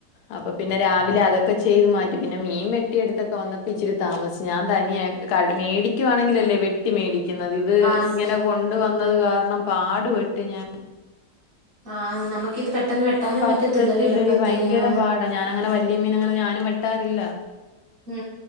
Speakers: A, on the left (about 80°); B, on the right (about 35°).
A: അപ്പൊ പിന്നെ രാവിലെ അതൊക്കെ ചെയ്ത് മാറ്റി പിന്നെ മീൻ വെട്ടിയടുത്തൊക്കെ വന്നപ്പോ ഇച്ചിരി താമസിച് ഞാൻ തനിയ മേടിക്കുവാണെങ്കിൽ അല്ലേ വെ മേടിക്കുന്നത് ഇത്
B: വാങ്ങിക്കുന്നു
A: ഇങ്ങനെ കൊണ്ട
B: ഉം
A: വന്നത്
B: ഉം
A: കാരണം പാടുപെട്ട് ഞാൻ
B: ആ നമുക്ക് ഇത് പെട്ടെന്ന് വെട്ടാനും
A: പറ്റത്തില്ലടി
B: പറ്റത്തില്ലല്ലോ എളുപ്പത്തി
A: ഭയങ്കര
B: ആ
A: പാടാ ഞാനങ്ങനെ വലിയ മീന അങ്ങനെ ഞാനും വെട്ടാറില്ല
B: ഉം